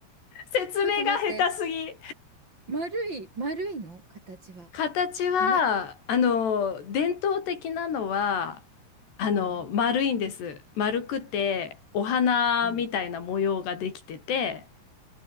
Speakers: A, on the left; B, on the right.
A: 説明が下手すぎ。
B: ちょっと待って。丸い、丸いの形は。
A: 形は、
B: あな、
A: あの、伝統的なのは、あの、
B: うん、
A: 丸いんです。丸くて、お花みたいな模様ができてて、
B: うん、